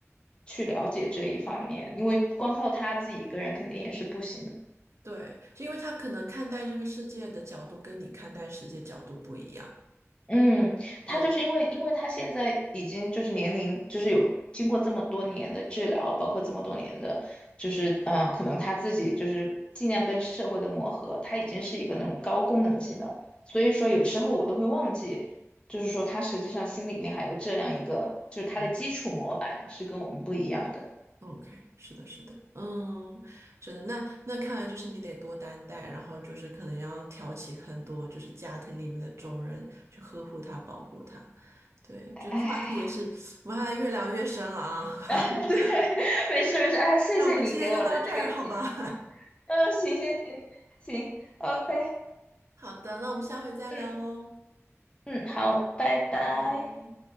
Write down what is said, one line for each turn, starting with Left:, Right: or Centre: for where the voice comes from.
Left: 去了解这一方面，因为光靠他自己一个人肯定也是不行。
Right: 对，是因为他可能看待这个世界的角度跟你看待世界角度不一样。
Left: 嗯，他就是因为，
Right: 对，
Left: 因为他现在已经就是年龄，就是有经过这么多年的治疗，包括这么多年的，就是嗯、呃可能他自己就是尽量跟社会的磨合，他已经是一个那种高功能性的，所以说有时候我都会忘记，就是说他实际上心里面还有这样一个，就是他的基础模板是跟我们不一样的。
Right: 明白。OK，是的，是的，嗯，是的，那那看来就是你得多担待，然后就是可能要挑起很多就是家庭里面的重任去呵护他、保护他。对，这个话题
Left: 哎，
Right: 我们还越聊越深了啊，<laughs>
Left: <laughs> 对，<laughs> 没事没事，哎，谢谢你给我的这个建议。
Right: 那我们今天就到这儿，好吧？
Left: 嗯，行行行行，OK，
Right: <laughs> 好的，那我们下回再聊喽，
Left: 嗯，好，拜拜。
Right: 拜拜。